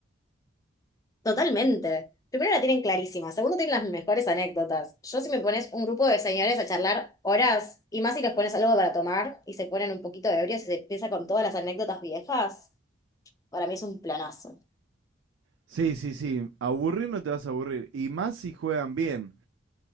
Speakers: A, on the left; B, on the right.
A: Totalmente. Primero la tienen clarísima, segundo tienen las mejores anécdotas. Yo si me pones un grupo de señores a charlar horas y más si les pones algo para tomar y se ponen un poquito ebrios y se empieza con todas las anécdotas viejas, para mí es un planazo.
B: Sí, sí, sí. Aburrir no te vas a aburrir. Y más si juegan bien.